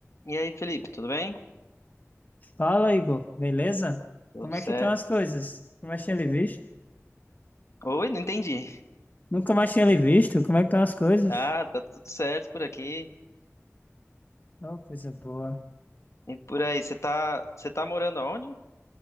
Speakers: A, on the left; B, on the left.
A: E aí, Felipe, tudo bem?
B: Fala, Igor, beleza?
A: Tudo
B: Como
A: certo.
B: é que estão as coisas? Nunca mais tinha lhe visto?
A: Oi, não entendi.
B: Nunca mais tinha lhe visto? Como é que estão as coisas?
A: Ah, tá tudo certo por aqui.
B: Oh, coisa boa.
A: E por aí, você tá, você tá morando aonde?